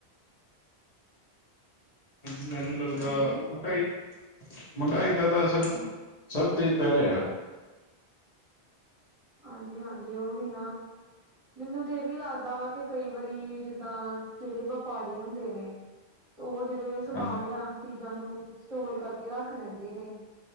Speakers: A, on the left; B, on the right.
A: ਹਾਂਜੀ, ਮੈਨੂੰ ਲੱਗਦਾ
B: ਹਾਂਜੀ
A: ਮਹਿੰਗਾਈ ਮਹਿੰਗਾਈ ਦਾ ਤਾਂ, ਅਸਰ ਸਭ ਤੇ ਹੀ ਪੈ ਰਿਹਾ।
B: ਹਾਂਜੀ -ਹਾਂਜੀ, ਉਹੀ ਨਾ। ਮੈਨੂੰ ਤੇ ਇਹ ਵੀ ਲੱਗਦਾ ਵਾ, ਕਿ ਕਈ ਵਾਰੀ ਜਿੱਦਾਂ ਜਿਹੜੇ ਵਪਾਰੀ ਹੁੰਦੇ ਨੇ ਉਹ ਜਿਹੜੇ ਸਮਾਨ
A: ਹਾਂਜੀ।
B: ਆ, ਚੀਜ਼ਾਂ ਨੂੰ ਸਟੋਰ ਕਰਕੇ ਰੱਖ ਲੈਂਦੇ ਨੇ।